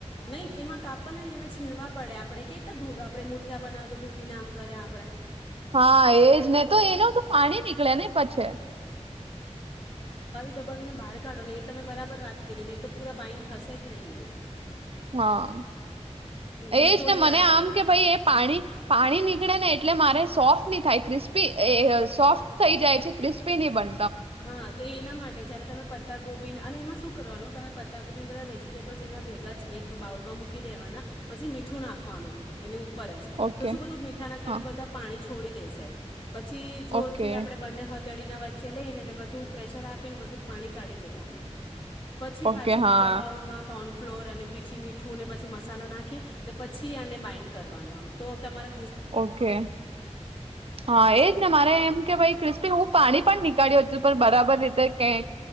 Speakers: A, on the left; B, on the right.
A: નહી એમાં કાપડ એમે છીણવા પડે આ આપણે કઈ રીતે દૂધ આપડે મુઠિયા બનાવે તો દૂધી આમ કરે આપડે.
B: હા એજ ને તો એનું તો પાણી નીકળે ને પછી.
A: દબીને બાર કાઢો ને એ તમે બરાબર વાત કરી નહી તો પૂરા બાઈન્ડ થશે જ નહી.
B: હા એજ
A: નીચોડી
B: ને મને
A: કાઢવાના
B: આમ કે ભાઈ એ પાણી પાણી નીકળે ને એટલે મારે સોફ્ટ નહી થાય ક્રિસ્પી એ સોફ્ટ થઈ જાય છે ક્રિસ્પી નહી બન
A: હા તો એના માટ ને જ્યારે તમે પત્તા ગોબી અને એમાં શું કરવાનું તમે પત્તા ગોબીને બધા વેજીટેબલ્સ એના ભેગા જ એક બાઉલમાં મૂકી દેવાના પછી મીઠું નાખવાનું એની ઉ ઉપરજ
B: ઓકે
A: તો શું બધું મીઠા ના કારણે
B: હા
A: બધા પાણી છુ છોડી દેશે. પછી જોર
B: ઓકે
A: થી આપડે બંને હાથ અડીના વચ્ચે લાઇને ને બધું પ્રેશર આપીને બધું પાણી કાઢી દેવાનું. પછી
B: ઓકે
A: પાછું
B: હા
A: બીજા બાઉલમાં કો ફ્લોર અને બીછી મીઠું ને પછી મસાલો નાખી ને પછી એને બાઈન્ડ કરવાનું આમ તો તમાર
B: ઓકે હા એજ ને મારે એમ કે ભાઈ ક્રિસ્પી હું પાણી પણ નીકળ્યું છું પણ બરાબર રીતે કઈ